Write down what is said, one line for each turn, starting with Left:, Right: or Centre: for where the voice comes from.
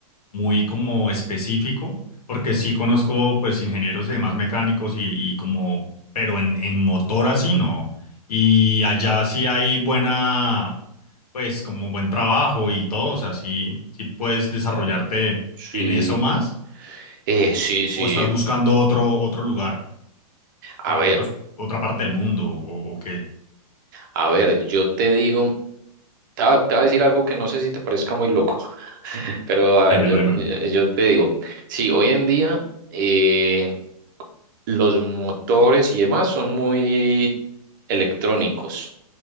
Left: muy como específico, porque sí conozco pues ingenieros y demás mecánicos y, y como, pero en, en motor así no. Y allá sí hay buena, pues como buen trabajo y todo, o sea, sí, sí puedes desarrollarte
Right: Sí,
Left: en eso más
Right: eh, sí, sí.
Left: o estás buscando otro, otro lugar,
Right: A
Left: o sea,
Right: ver,
Left: otros- otra parte del mundo o, o qué.
Right: a ver, yo te digo, te voy a te voy a decir algo que no sé si te parezca muy loco, <laughs> pero a ver,
Left: Démelo,
Right: yo,
Left: démelo.
Right: te- yo te digo, sí, hoy en día eh, los motores y demás son muy electrónicos,